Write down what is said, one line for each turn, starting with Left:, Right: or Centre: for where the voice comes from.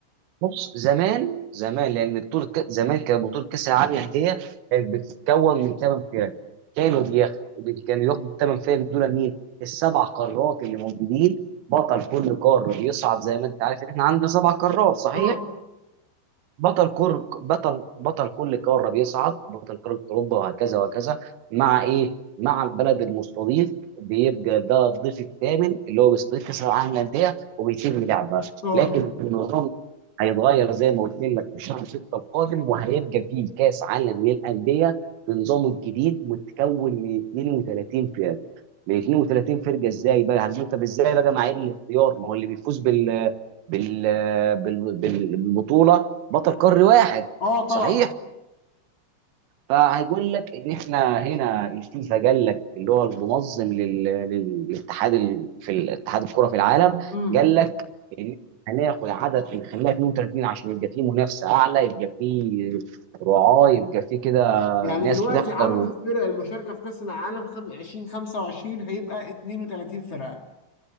Right: بص زمان زمان لان بطوله ك- زمان كانت بطوله كاس العالم للانديه كانت بتتكون من ثمان فرق كانوا بياخدوا كانوا ياخدوا الثمان فرق دول مين؟ السبع قارات اللي موجودين بطل كل قاره بيصعد زي ما انت عارف ان احنا عندنا سبع قارات صحيح؟
Left: اه
Right: بطل كل بطل بطل كل قاره بيصعد بطل قاره اوروبا وهكذا وهكذا مع ايه؟ مع البلد المستضيف بيبقى ده الضيف الثامن اللي هو بيستضيف كاس العالم للانديه وبيتم لعبها
Left: اه
Right: لكن النظام هيتغير زي ما قلت لك في شهر 6 القادم وهيبقى فيه كاس عالم للانديه بنظامه الجديد متكون من 32 فرقه من 32 فرقه ازاي بقى هتقول طب ازاي بقى معايير الاختيار ما هو اللي بيفوز بال بال بال- بال- بالبطوله بطل قاري واحد
Left: اه
Right: صحيح
Left: طبعا
Right: فهيقول لك ان احنا هنا الفيفا قال لك اللي هو المنظم لل- لل- للاتحاد ال- في الاتحاد الكره في العالم
Left: امم
Right: قال لك ان هناخد عدد نخليها 32 عشان يبقى فيه منافسه اعلى يبقى فيه رعاه يبقى فيه كده
Left: يعني
Right: ناس
Left: دلوقتي
Right: تحضر
Left: عدد الفرق المشاركة في كأس العالم خم- 2025 هيبقى 32 فرقة